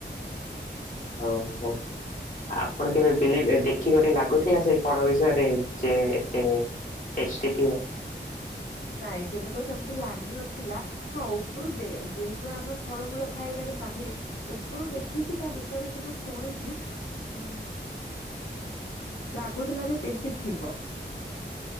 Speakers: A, on the left (about 45°); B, on the left (about 85°).
A: ଓହ। ଆପଣ କେବେ ବିଲଭ ଦେଖିକରି ଲାଗୁଥିଲା ସେଇ ଫଳ ବିଷୟରେ ଯେ ଏତେ ଟେଷ୍ଟିଥିବ।
B: ନାଇଁ କେବେ ତ ସେମ ତି ଲାଗିିନଥିଲା ହଁ ଉପରୁ ଦେ ଯେହେତୁ ଆମେ ଫଳମୂଳ ଖାଇବାରେ ମାହିର ଉପରୁ ଦେଖିକି ତା ବିଷୟରେ ସବୁ ଶୁଣିକି ଉଁ ଲାଗୁଥିଲା ଯେ ଟେଷ୍ଟି ଥିବ।